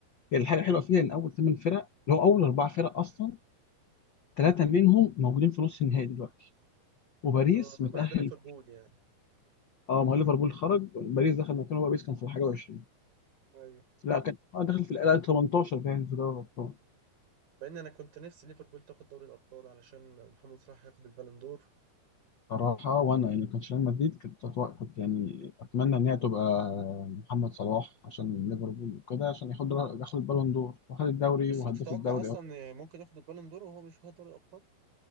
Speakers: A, on the left; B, on the right.
A: هي الحاجة الحلوة فيها إن أول ثمان فرق اللي هو أول أربع فرق أصلا ثلاثة منهم موجودين في نص النهائي دلوقتي وباريس
B: اه
A: متأهل
B: ما عدا ليفربول يعني
A: اه ما هو ليفربول خرج باريس دخل مكانه بقى باريس كان في الحاجة 20
B: ايوه
A: لا كان اه دخل في الآن 18 باين في دوري الأبطال
B: مع ان انا كنت نفسي ليفربول تاخد دوري الابطال علشان محمد صلاح ياخد البالون دور
A: صراحة وأنا يعني كان ريال مدريد كنت أتوقع كنت يعني أتمنى إن هي تبقى محمد صلاح عشان ليفربول وكده عشان ياخد ياخد البالون دور وخد الدوري
B: بس
A: وهداف
B: تتوقع
A: الدوري
B: اصلا ممكن ياخد البالون دور وهو مش واخد دوري الابطال